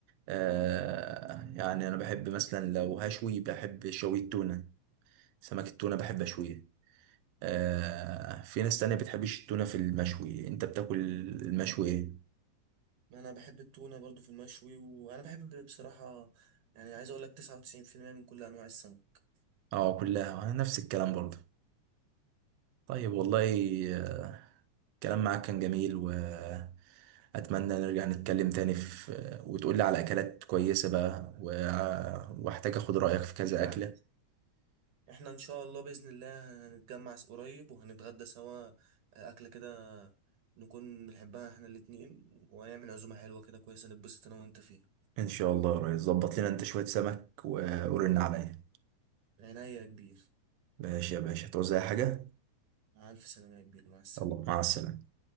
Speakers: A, on the right; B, on the right.
A: آه يعني انا بحب مثلا لو هشوي بحب شوي التونة سمك التونة بحب اشويه آه في ناس تانية بتحبش التونة في المشوي انت بتاكل المشوي ايه
B: ما انا بحب التونه برضو في المشوي وانا بحب بصراحه يعني عايز اقول لك 99% من كل انواع السمك
A: اه كلها نفس الكلام برضه طيب والله آه، الكلام معاك كان جميل واتمنى نرجع نتكلم تاني في وتقول لي على اكلات كويسة بقى و- واحتاج اخد رأيك في كذا
B: حبيبي يا
A: اكلة
B: عم احنا ان شاء الله باذن الله هنتجمع قريب وهنتغدى سوا اكله كده نكون بنحبها احنا الاتنين وهنعمل عزومه حلوه كده كويسه نتبسط انا وانت فيها
A: ان شاء الله يا ريس ظبط لنا انت شوية سمك و- ورن عليا
B: عينيا يا كبير
A: ماشي يا باشا توزع حاجة
B: مع الف سلامه يا كبير مع السلامه
A: يلا مع السلامة